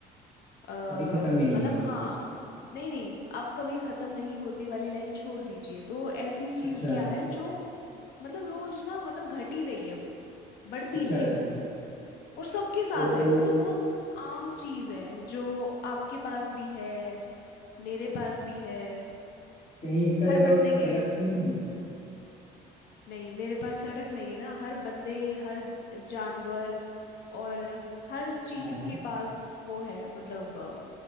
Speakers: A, on the left; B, on the left.
A: अ,
B: कभी खत्म भी नहीं
A: मतलब
B: होती
A: हाँ नहीं नहीं आप कभी खत्म नहीं होती वाली लाइन छोड़ दीजिए तो ऐसी चीज़
B: अच्छा
A: क्या है जो मतलब रोज ना मतलब घट ही रही है वो बढ़ती
B: अच्छा
A: नहीं
B: अच्छा
A: है और सबके साथ
B: तो
A: है मतलब बहुत आम चीज है जो आपके पास भी है मेरे पास भी है
B: कहीं इसका
A: हर
B: जवाब
A: बंदे
B: सड़क
A: के
B: तो नहीं
A: नहीं मेरे पास सड़क नहीं है ना हर बंदे हर जानवर और हर चीज
B: हाँ हाँ
A: के पास वो है मतलब